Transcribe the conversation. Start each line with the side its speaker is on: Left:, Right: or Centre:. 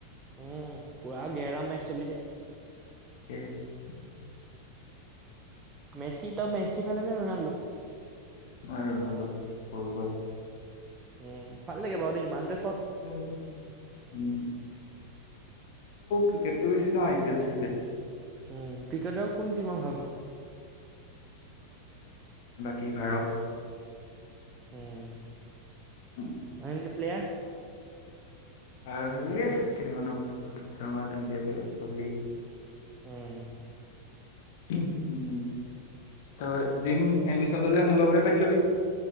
Right: উম পোৰা গেহেৰা মেচ চলিছে।
Left: <unintelligible>
Right: মেচি ত মেচি ফালে নে ৰোনাল্ডো?
Left: মই ৰনাল্ডো ভ সৰু পা।
Right: উম ভাল লাগে বাৰু দেই ইমানতে
Left: উম ক্ৰিকেটটো বেছি চ। কেলচে হ
Right: উম ক্ৰিকেটাও কোন দিমাক ভাল পা।
Left: কি ভাৰত।
Right: উম।
Left: উম,
Right: অ 'প্লেয়াৰ।
Left: আৰু ভাল লাগে কেইটামানক ৰোহিত শৰ্মা তেনেকে পলি।
Right: উম।
Left: উম উম। ত বিং এডমিশন ললে মোৰ লগৰে পাৰিলোবি।